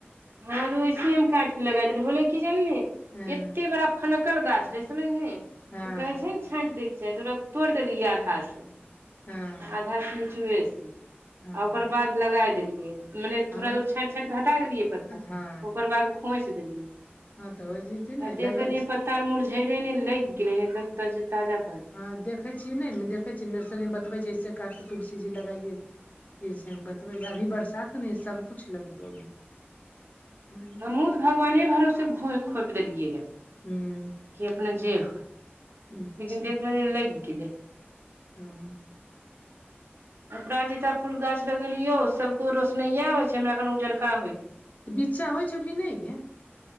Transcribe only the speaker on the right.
हँ त ओहे से हम काट के लगा देल होलै कि जनले
एते बड़ा फनकल गाछ रहै समझलिही
तऽ कहे छै ने छाँटि दै के चाही तऽ ओकरा तोड़ि देलियै आधा से
आधा से निचुए से
आ ओकर बाद लगाय देलियै। मने
थोड़ा दूर छाँटि छाँटि कऽ हटा देलियै पत्ता
ओकर बाद खोंसि देलियै।
आ देख
रहलियै
पत्ता आर मुरझैलै नहि लगि गेलै एकदम तज ताजा ताजा।
हमहूँ तऽ भगवाने भरोसे घौं खोपि देलियै हे।
कि अपने जे होय
लेकिन देख रहिये जे लगि गेलै।
अपराजिता फूल गाछ लगेलियो सभ के ओ रोशनैया होइ छै हमरा खन उजरका होइ गेलै।